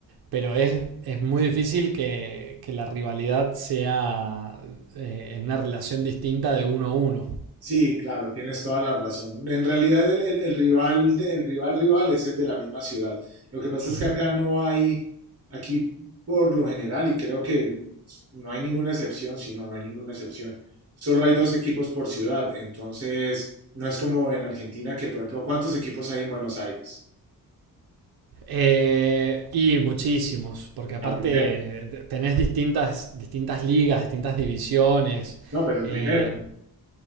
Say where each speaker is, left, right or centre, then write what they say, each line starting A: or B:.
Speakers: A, on the right; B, on the right.
A: pero es, es muy difícil que, que la rivalidad sea eh, en una relación distinta de uno a uno.
B: Sí, claro, tienes toda la razón. En realidad el, el- el rival, de- el rival rival es el de la misma ciudad. Lo que pasa es
A: Ujú.
B: que acá no hay, aquí por lo general, y creo que no hay ninguna excepción, si no, no hay ninguna excepción. Solo hay dos equipos por ciudad, entonces no es como en Argentina que, por ejemplo, ¿cuántos equipos hay en Buenos Aires?
A: Eh, y muchísimos, porque
B: En
A: aparte
B: la primera.
A: eh, tenés distintas, distintas ligas, distintas divisiones.
B: No, pero en
A: eh,
B: primera.